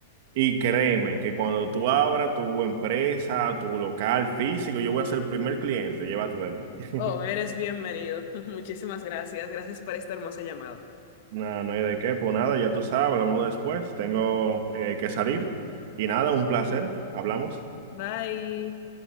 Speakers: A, on the right; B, on the left.
A: Y créeme que cuando tú abras tu empresa, tu local físico, yo voy a ser el primer cliente, llévate de mí.
B: Oh, eres
A: <laughs>
B: bienvenido. <laughs> Muchísimas gracias. Gracias por esta hermosa llamada.
A: No, no hay de qué, pues nada, ya tú sabes, hablamos después, tengo eh, que salir. Y nada, un placer, hablamos.
B: Bye.